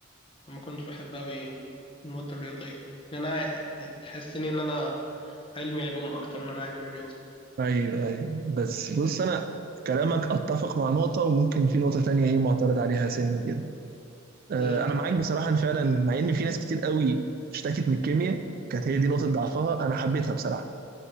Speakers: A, on the left; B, on the right.
A: ما كنتش بحب أوي المواد الرياضية يعني أنا تحسني إن أنا علمي علوم أكتر ما أنا علمي رياضة
B: ايوه ايوه بس بص انا كلامك اتفق مع نقطة وممكن في نقطة تانية ايه معترض عليها سنة كده آه
A: إيه
B: انا معاك بصراحة ان فعلا مع ان في ناس كتير قوي اشتكت من الكيمياء كانت هي دي نقطة ضعفها انا حبيتها بصراحة